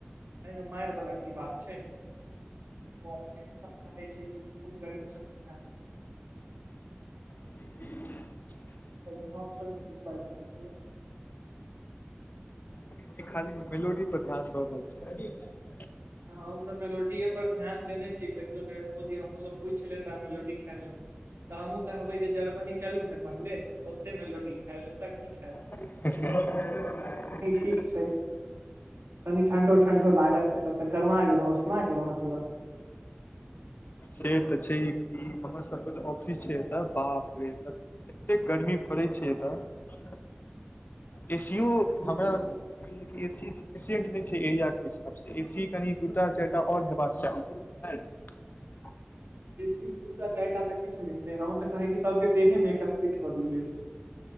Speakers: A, on the right; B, on the left.
A: एमे मारि बला की बात छै ओ अपने सब कहै छै बहुत गरीब छलखिन न
B: <inaudible>
A: एहि हम थोड़े ने किछु बाजि रहल छियै
B: मोदी जी खाली मेेलोडी पर ध्यान द रहल छै
A: हम तऽ मेलोडीए पर ध्यान देने छी देखियो नरेन्द्र मोदी हमरो सँ पूछि लेताह मेलोडी के तऽ हमहूँ कहबै जे जर्मनी चलू ने पहिले ओते न मेलोडी खायब तची छै <inaudible>
B: अचछा <inaudible> <inaudible>
A: ठीक छै कनि ठंडो ठंडो लागत एत त गर्मा गेलोँ उसना गेलहुँ हेँ पूरा
B: से त छै ई ई कि हमर सभके जे ऑफिस छै एतय बाप रे एतेक गर्मी पड़ै छै एतय एसीओ
A: की
B: हमरा
A: करबै
B: लागे या कि ए सी एसिंट नहि छै एरिया के हिसाबसे ए सी कनि दूटा चारि टा आओर हेबाक चाही <inaudible>
A: एसी दू टा चारि टाँ किछु नहि हेतै हमँ त कहैत छी सभके देहेमे एकटा फिट क दियौ एसी